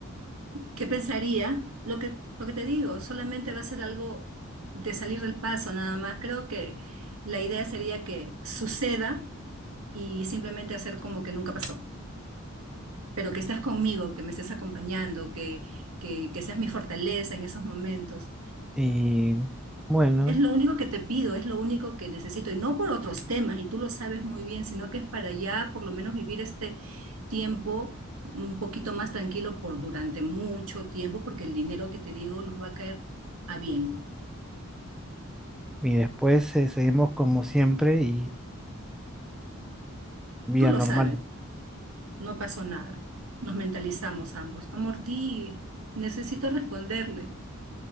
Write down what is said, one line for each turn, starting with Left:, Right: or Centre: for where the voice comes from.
Right: ¿Qué pensaría? Lo que, lo que te digo, solamente va a ser algo de salir del paso nada más. Creo que la idea sería que suceda y simplemente hacer como que nunca pasó, pero que estás conmigo, que me estés acompañando, que, que, que seas mi fortaleza en esos momentos.
Centre: Y bueno,
Right: Es lo único que te pido, es lo único que necesito, y no por otros temas, y tú lo sabes muy bien, sino que es para ya por lo menos vivir este tiempo un poquito más tranquilo por durante mucho tiempo, porque el dinero que te digo nos va a caer a bien.
Centre: y después eh, seguimos como siempre y vía
Right: Tú lo
Centre: normal.
Right: sabes, no pasó nada. Nos mentalizamos ambos. Amor, di, necesito responderle,